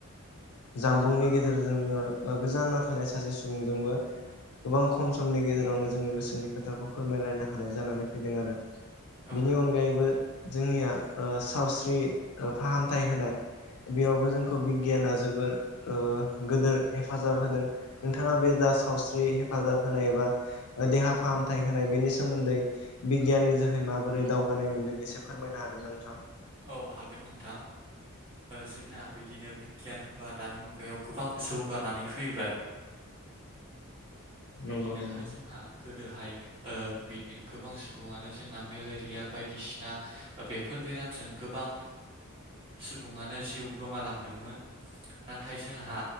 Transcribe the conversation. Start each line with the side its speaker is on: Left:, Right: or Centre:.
Left: जामबुंनि गेजेरजों जोङो गोजानाव थानाय सासे सुबुंजोंबो गोबां खम समनि गेजेरावनो जोङो गोसोनि खोथाखौ फोरमायलायनो हानाय जानानै फैदों आरो बिनि
Right: औ
Left: अनगायैबो जोंनिया सावस्रि फाहामथाय होनाय बेयावबो जोंखौ बिगियाना जोबोर गोदोर हेफाजाब होदों नोंथाङा बे सावस्रि हेफाजाब होनाय एबा देहा फाहामथाय होनाय बेनि सोमोन्दै बिगियाननि जोैहै बोरै दावगानाय मोनदों एसे फोरमायनो हागोन ना नोंथां
Right: औ हागोन नोंथां जोंना बिदिनो गियान होनबा दानि मुगायाव गोबां जौगानानै फैबाय बिदिनोहाय
Left: नंगौ नंगौ
Right: जोंहा दोहाय बि गोबां सुबुङानो जोंना मेलेरिया बायदिसिना बेफोर बेरामजों गोबां सुबुङानो जिउ गोमालांदोंमोन नाथाय जोंहा